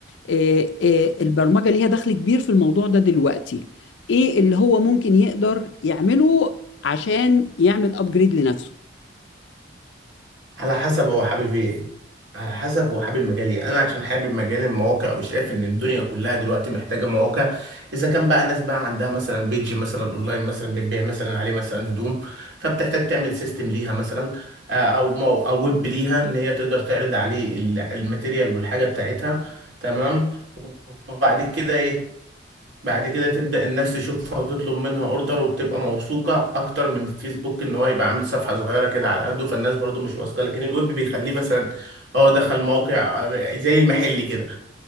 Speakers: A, on the left; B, on the right.
A: آه، آه، البرمجة ليها دخل كبير في الموضوع ده دلوقتي ايه اللي هو ممكن يقدر يعمله عشان يعمل ابجريد لنفسه
B: على حسب هو حابب ايه على حسب هو حابب مجال ايه انا عشان حابب مجال المواقع وشايف ان الدنيا كلها دلوقتي محتاجه مواقع اذا كان بقى ناس بقى عندها مثلا بيج مثلا اونلاين مثلا بتبيع مثلا عليه مثلا هدوم فبتحتاج تعمل سيستم ليها مثلا آه، او مو- او ويب ليها ان هي تقدر تعرض عليه ال- الماتيريال والحاجه بتاعتها تمام وبعد كده ايه بعد كده تبدأ الناس تشوفها وتطلب منها اوردر وبتبقى موثوقة اكتر من فيسبوك ان هو يبقى عامل صفحة صغيرة كده على قده فالناس برضو مش واثقة لكن الويب بيخليه مثلا اه دخل موقع آه، زي المحل كده